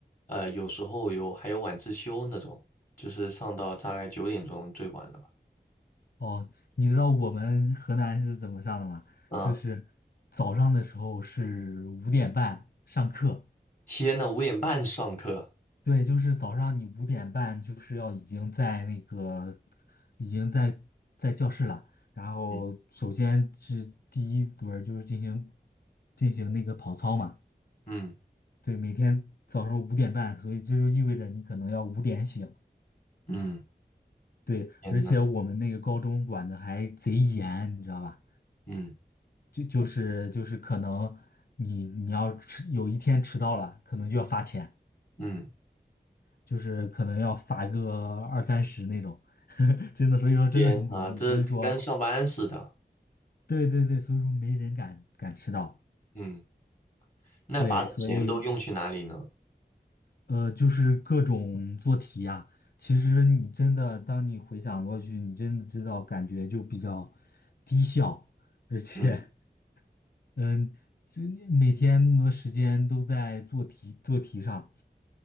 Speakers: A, on the left; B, on the left.
A: 呃，有时候有还有晚自修那种，就是上到大概九点钟最晚了吧？
B: 哦，你知道我们河南是怎么上的吗？
A: 啊，
B: 就是早上的时候是五点半上课。
A: 天呐，五点半上课，
B: 对，就是早上你五点半就是要已经在那个已经在在教室了，然后首先是第一轮儿就是进行
A: 嗯
B: 进行那个跑操嘛，
A: 嗯
B: 对，每天早上五点半，所以这就意味着你可能要五点醒，
A: 嗯，
B: 对，
A: 天呐，
B: 而且我们那个高中管的还贼严，你知道吧？
A: 嗯
B: 就就是就是可能你你要迟有一天迟到了，可能就要罚钱。
A: 嗯，
B: 就是可能要罚个二三十那种，<laughs> 真的，所以说真的很恐怖，
A: 天呐，这跟上班似的，
B: 所以说，对对对，所以说没人敢敢迟到，
A: 嗯，那罚的钱都用去哪里呢？
B: 对，所以呃，就是各种做题呀、其实你真的，当你回想过去，你真的知道感觉就比较低效，而且，
A: 嗯
B: 嗯、这每天那么多时间都在做题做题上。